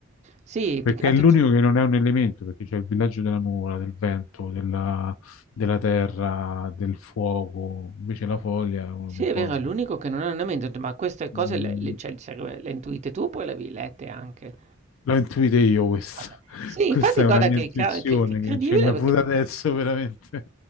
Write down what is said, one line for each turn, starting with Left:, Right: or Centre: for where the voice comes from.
Right: Sì,
Left: Perché
Right: più che altro
Left: è l'unico
Right: c
Left: che non è un elemento, perché c'è il villaggio della nuvola, del vento, della, della terra, del fuoco. Invece la foglia è uno
Right: sì
Left: dei
Right: è
Left: pochi.
Right: vero, è l'unico che non ha un ambiente, ho detto: "Ma queste cose
Left: Mm,
Right: le le cioè il serve le hai intuite tu oppure le avevi lette anche?"
Left: L'ho intuita io questa.
Right: Okay.
Left: <laughs>
Right: Sì,
Left: Questa
Right: infatti
Left: è
Right: guarda
Left: una mia
Right: che
Left: intuizione
Right: ca che che incredibile
Left: che cioè, mi è
Right: perché
Left: venuta
Right: effettiva
Left: adesso veramente.